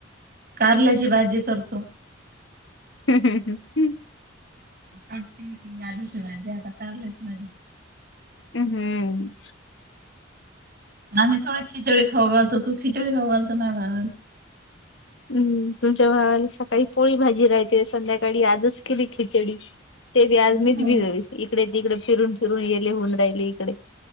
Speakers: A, on the right (about 50°); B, on the left (about 75°).
A: कारल्याची भाजी करतो,
B: हम् हम ह हम्.
A: का आलूच जे आता काढलेच मा,
B: हम् हम्म.
A: आमी थोडी खिचडी खाऊ घलो तू खिचडी खाऊ घालो नाहीला
B: हम्म तुमच्या भावा सकाळी पोळी भाजी राहते संध्याकाळी आजच केली खिचडी ते बी आज
A: हम्म
B: मच भिजली इकडे तिकडे फिरून फिरून गेले होऊन राहिले इकडे.